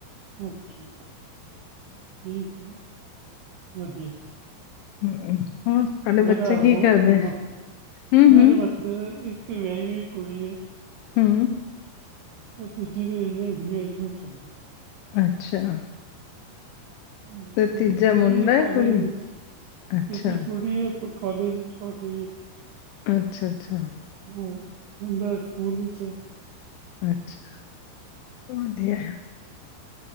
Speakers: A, on the right; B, on the left.
A: ਓਕੇ ਠੀਕ ਐ ਵਧੀਆ।
B: ਹੋਰ। ਤੁਹਾਡੇ
A: ਮੇਰਾ
B: ਬੱਚੇ
A: <unintelligible>
B: ਕੀ ਕਰਦੇ? ਹੂੰ-ਹੂੰ-ਹੂੰ
A: ਮੇਰੇ ਬੱਚੇ ਇੱਕ ਤੇ ਵਿਆਹੀ ਹੋਈ ਕੁੜੀ ਐ।
B: ਹੂੰ,
A: ਪਰ ਦੂਜੀ ਦੀ ਹਜੇ ਅੰਗਜ ਅੰਗੇਜਮੈਂਟ ਹੋਈ ਐ।
B: ਅੱਛਾ,
A: ਤੀਜ਼ੀ
B: ਤੇ ਤੀਜਾ
A: ਪੜ੍ਹ
B: ਮੁੰਡਾ
A: ਰੀ ਐ ਕਾਲਜ
B: ਹੈ ਕੁੜੀ
A: ਵਿੱਚ ਤੀਜ਼ੀ
B: ਅੱਛਾ।
A: ਕੁੜੀ ਐ। ਕਾਲਜ ਵਿੱਚ ਪੜ ਰੀ ਐ।
B: ਅੱਛਾ ਅੱਛਾ।
A: ਹਾਂ, ਮੁੰਡਾ ਸਕੂਲ ਵਿੱਚ।
B: ਅੱਛਾ ਵਧੀਆ।